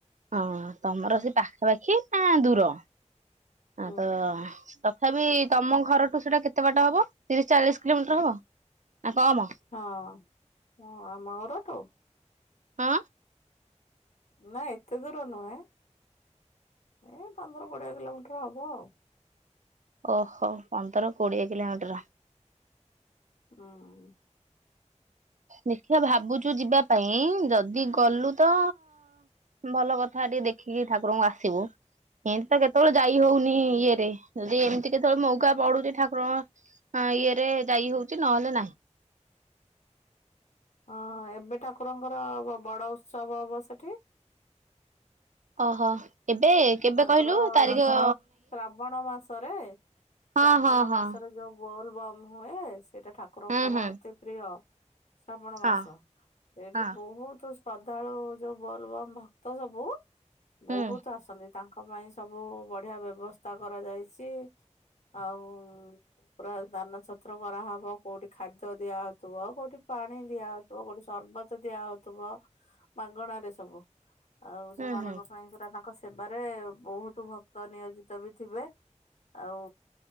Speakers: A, on the right; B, on the left.
A: ହଁ ତମର ସେ ପାଖାପାଖି ନା ଦୂର
B: ହୁଁ
A: ତ ତଥାପି ତମ ଘରଠୁ ସେଟା କେତେ ବାଟ ହବ ତିରିଶ ଚାଳିଶ କିଲୋମିଟର ହବ ନା କମ
B: ହଁ ହଁ ଆମ ଘରଠୁ
A: ହଁ
B: ନା ଏତେ ଦୂର ନୁହେଁ ଏ ପନ୍ଦର କୋଡ଼ିଏ କିଲୋମିଟର ହବ ଆଉ
A: ଓହୋ ପନ୍ଦର କୋଡିଏ କିଲୋମିଟର
B: ହଁ
A: ଦେଖିବା ଭାବୁଛୁ ଯିବା ପାଇଁ ଯଦି ଗଲୁ ତ ଭଲ କଥା ଟିକେ ଦେଖିକି ଠାକୁରଙ୍କୁ ଆସିବୁ ଏମତି ତ କେତେବେଳେ ଯାଇ ହଉନି ଇଏରେ ଯଦି ଏମିତି କେତେବେଳେ ମୌକା ପଡୁଛି ଠାକୁରଙ୍କ ହଁ ଇଏରେ ଯାଇ ହଉଛି ନହେଲେ ନାହିଁ
B: ହଁ ଏବେ ଠାକୁରଙ୍କର ବଡ ଉତ୍ସବ ହବ ସେଠି
A: ଓହୋ ଏବେ କେବେ
B: ତାଙ୍କର
A: କହିଲୁ ତାରିଖ
B: ଏଇ ଶ୍ରା ଶ୍ରାବଣ ମାସରେ ଶ୍ରାବଣ
A: ହଁ ହଁ ହଁ
B: ମାସରେ ଯୋଉ ବୋଲ ବମ ହୁଏ ସେଇଟା ଠାକୁର ଠାକୁରଙ୍କର
A: ହୁଁ ହୁଁ
B: ଅତି ପ୍ରିୟ ଶ୍ରାବଣ
A: ହଁ
B: ମାସ ଏଇଠି
A: ହଁ
B: ବହୁତ ଶ୍ରଦ୍ଧାଳୁ ଯୋଉ ବୋଲ ବମ୍ ଭକ୍ତ ସବୁ
A: ହୁଁ
B: ବହୁତ ଆସନ୍ତି ତାଙ୍କ ପାଇଁ ସବୁ ବଢିଆ ବ୍ୟବସ୍ଥା କରାଯାଇଛି ଆଉ ପୁରା ଦାନ ଛତ୍ର କରାହବ କୋଉଠି ଖାଦ୍ୟ ଦିଆହଉଥିବ କୋଉଠି ପାଣି ଦିଆହ ଗୋଟେ ସରବତ ଦିଆହଉଥିବ ମାଗଣାରେ ସବୁ ଆଉ
A: ହୁଁ
B: ସେମାନଙ୍କ
A: ହୁଁ
B: ପାଇଁ ପୁରା ତାଙ୍କ ବାରେ ବହୁତ ଭକ୍ତ ନିୟୋଜିତ ବି ଥିବେ ଆଉ